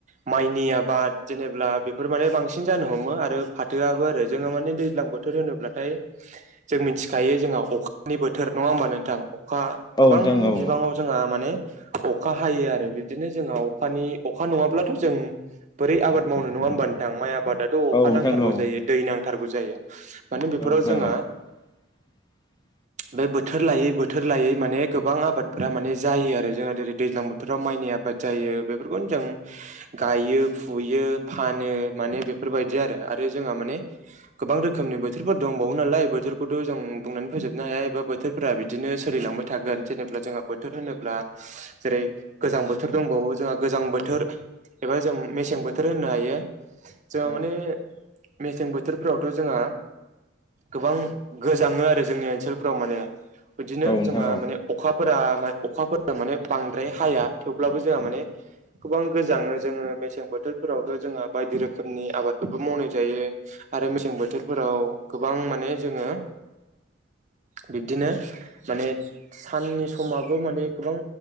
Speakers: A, on the right (about 40°); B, on the left (about 20°).
A: माइनि आबाद जेनेब्ला बेफोर माने बांसिन जानो हमो आरो फाथोआबो आरो जोंहा माने दैज्लां बोथ थोर होनोब्लाथाय जों मिथिखायो जोंहा अखानि बोथोर नङा होमबा नोंथां खा
B: औ
A: गोबां
B: नोंथां औ
A: बिबाङाव जोंहा माने अखा हायो आरो बिब्दिनो जोंहा अखानि अखा नङाब्लाथ जों बोरै आबाद मावनो नङा होमबा नोंथां माइ आबादाथ' अखा
B: औ
A: नांथारगौ
B: नोंथां औ
A: जायो, दै नां थारगौ जायो। माने बेफोराव
B: औ नोंथां
A: जोंहा
B: औ <inaudible>
A: बे बोथोर लायै बोथोर लायै माने गोबां आबादफोरा माने जायो आरो जोंहा। जेरै दैज्लां बोथोराव माइ नि आबाद जायो बेफोरखौनो जों गायो फुयो फानो माने बेफोरबायदि आरो आरो जोंहा माने गोबां रोखोमनि बोथोरफोर दंबावो नालाय बोथोरखौथ' जों बुंनानै फोजोब हाया एबा बोथोरफोरा बिदिनो सोलिलांबाय थागोन। जेनेब्ला जोंहा बोथोर होनोब्ला जेरै गोजां बोथोर दंबावो जोंहा गोजां बोथोर एबा जों मेसें बोथोर होननो हायो जोंहा
B: औ
A: माने मेसें बोथोर बोथोरफ्रावथ' जोंहा गोबां गोजाङो आरो जोंनि ओनसोलफोराव माने। बिदिनो
B: औ नोंथां
A: जोंहा
B: औ
A: माने अखाफोरा अखाफोर माने बांद्राय हाया। थेवब्लाबो जोंहा माने
B: औ
A: गोबां गोजांङो जोङो मेसें बोथोरफोरावथ' जोंहा बायदि रोखोमनि आबादफोरबो मावनाय जायो आरो मे बोथोरफोराव गोबां माने जोङो बिब्दिनो माने साननि समाबो माने गोबां